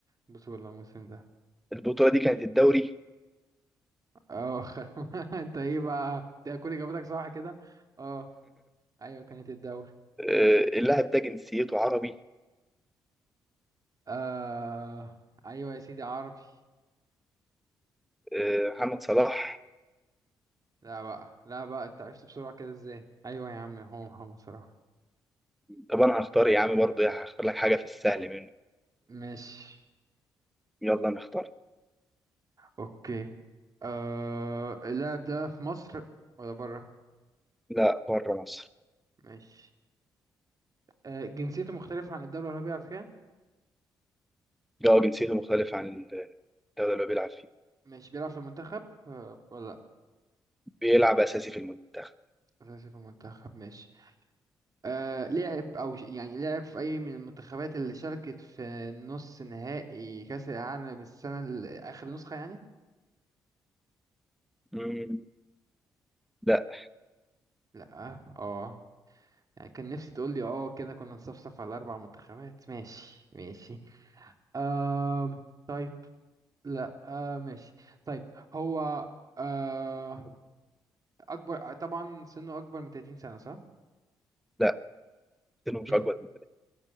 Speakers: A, on the right; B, in the centre.
A: بطولة الموسم ده
B: البطوله دي كانت الدوري
A: اه خد <laughs> انت ايه بقى انت كل اجابتك صح كده اه ايوه كانت الدوري
B: آه، اللاعب ده جنسيته عربي
A: آه... ايوه يا سيدي عربي
B: آه، محمد صلاح
A: لا بقى لا بقى انت عرفت بسرعة كده ازاي ايوه يا عم هو محمد صلاح
B: طب انا هختار يا عم برضه يعني هختار لك حاجه في السهل منه
A: ماشي
B: يلا نختار
A: اوكي آه اللاعب ده في مصر ولا بره
B: لا بره مصر
A: ماشي آه جنسيته مختلفة عن الدولة اللي هو بيلعب فيها
B: اه جنسيته مختلف عن الدولة اللي هو بيلعب فيها
A: ماشي بيلعب في المنتخب آه ولا لا
B: بيلعب أساسي في المنتخب
A: أساسي في المنتخب ماشي آه لعب أو ش- يعني لعب في أي من المنتخبات اللي شاركت في نص نهائي كأس العالم السنة ال- آخر نسخة يعني
B: مم. لا
A: لا اه يعني كان نفسي تقول لي اه كده كنا نصفصف على أربع منتخبات ماشي ماشي آه طيب لا آه ماشي طيب هو آه أكبر آه، طبعا سنه أكبر من 30 سنة صح؟
B: لا سنه مش
A: إيه
B: أكبر
A: ده؟
B: من كده